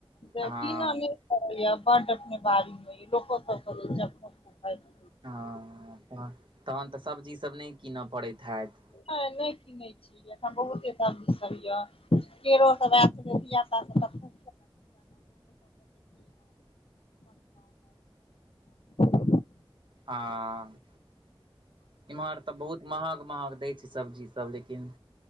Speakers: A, on the left; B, on the right.
A: से
B: हँ
A: किनऽ नै फरैय य बड्ड अपने बारी मे तऽ लोको सबके <unintelligible>
B: हँ तऽ तहन तऽ सब्जीसभ नय किनऽ पड़ैत हैत
A: नय नैय किनैय छी एखन बहुते सब्जीसब यऽ केरोसब ऐत जे धिया पुता सब <unintelligible> <unintelligible>
B: हँ इम्हर तऽ बहुत महग महग दैय छै सब्जी सब लेकिन